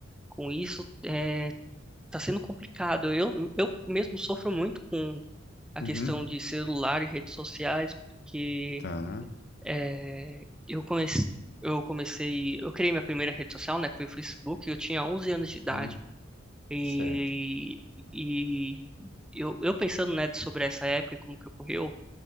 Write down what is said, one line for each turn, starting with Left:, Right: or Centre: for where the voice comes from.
Centre: com isso é, tá sendo complicado. Eu eu mesmo sofro muito com a
Left: uhum,
Centre: questão de celular e redes sociais, porque
Left: tá.
Centre: é, eu comecei eu comecei eu criei minha primeira rede social, né? Que foi o Facebook. Eu tinha 11 anos de idade.
Left: Uhum,
Centre: E,
Left: certo.
Centre: e eu, eu pensando, né, sobre essa época e como que ocorreu,